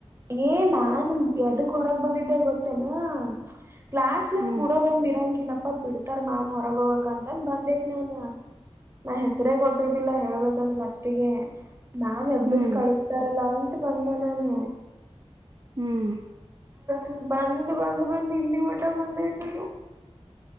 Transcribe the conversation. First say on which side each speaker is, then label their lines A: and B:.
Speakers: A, on the right; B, on the right.
A: ಏ ನಾನು ಎದಕ್ ಹೊರಗ್ ಬಂದಿದ್ದೆ ಗೊತ್ತೇನಾ <inaudible> ಕ್ಲಾಸ್ ನ
B: ಹ್ಮ್
A: ಕೂಡೋದೊಂದ್ ಇರಂಗಿಲ್ಲ ಪಾ ಬಿಡ್ತಾರ ಮ್ಯಾಮ್ ಹೊರಗ ಹೋಗಕ್ ಅಂತಂದ ಬಂದಕ್ ನನ್ ನಾ ಹೆಸರೇ ಕೊಟ್ಟಿದ್ದಿಲ್ಲಾ ಹೇಳ್ಬೇಕಂದ ಫಸ್ಟಿಗೆ ಮಾಮ್ ಎಬ್ಬಸ್
B: ಹ್ಮ್
A: ಕಳಿಸಸ್ತಾರಲ್ಲ ಮತ್ತ ಬಂದೇ ನಾನು
B: ಹ್ಮ್
A: ಮ ಬಂದ್ ಬಂದ್ ಬಂದ್ ಇಲ್ಲಿ ಮಟ ಬಂದ್ ಬಂದಿದ್ಲು